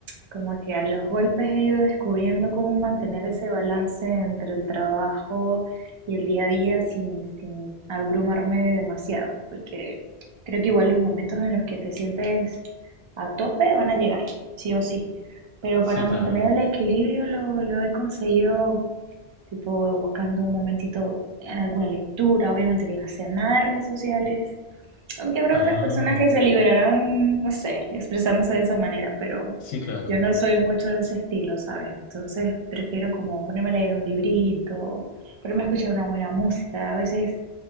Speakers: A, on the right (about 45°); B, on the left (about 75°).
A: como que a los golpes he ido descubriendo cómo mantener ese balance entre el trabajo y el día a día sin, sin abrumarme demasiado, porque creo que igual los momentos en los que te sientes a tope van a llegar, sí o sí. Pero
B: sí,
A: para mantener
B: claro.
A: el equilibrio lo, lo he conseguido tipo buscando un momentito en alguna lectura, obviamente que no sea nada de redes sociales aunque habrá
B: Ah.
A: otras personas que se liberarán, no sé, expresándose de esa manera, pero
B: Sí, claro.
A: yo no soy mucho de ese estilo, ¿sabes? Entonces prefiero como ponerme a leer un librito, ponerme a escuchar una buena música. A veces